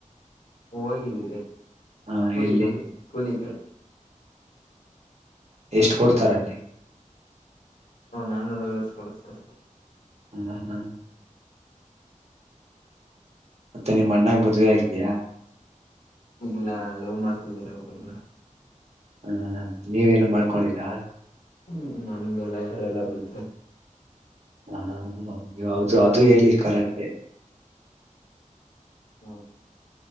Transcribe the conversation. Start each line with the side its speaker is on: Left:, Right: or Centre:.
Left: ಹೋಗಿದ್ದೀರಿ
Right: ಹ
Left: ಕೂಲಿ
Right: ಎಲ್ಲಿ
Left: ಮಾಡಿದ ಕೂಲಿ ಕಲ್
Right: ಎಷ್ಟು ಕೊಡ್ತಾರಲ್ಲಿ
Left: ಹ ನಾನೂರ ಐವತ್ತು ಕೊಡ್ತಾರೆ
Right: ಹ್ಮ ಹ್ಮ ಮತ್ತೆ ನಿಮ್ ಅಣ್ಣಾಗ ಮದವೆ ಆಗಿದಯಾ
Left: ಇಲ್ಲ ಲವ್ ಮಾಡ್ತಿದ್ದಿದ್ದಾರೆ ಒಬ್ರನ್ನ
Right: ಹಾ ನೀವೇನು ಮಾಡ್ಕೊಂಡೀರಾ <unintelligible>
Left: ಹ್ಮ್ ನಮ್ಗೆಲ್ಲ ಯಾರೆಲ್ಲ ಬಳ್ತಾರೆ
Right: ಹಾ ನಗೆ ಹೌದು ಅದು ಹೇಳಿ ಕರೆಕ್ಟೆ
Left: ಹಾ